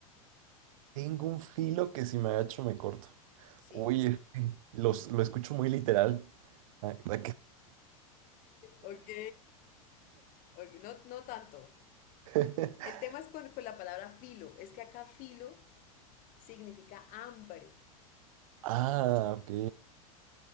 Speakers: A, on the right; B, on the left.
A: Tengo un filo que si me agacho me corto.
B: Sí.
A: Uy, es que los, lo escucho muy literal. Ah, ¿a qué?
B: <laughs> Ok. Ok, No, no tanto.
A: <laughs>
B: El tema es con, con la palabra filo. Es que acá filo significa hambre.
A: Ah, ok.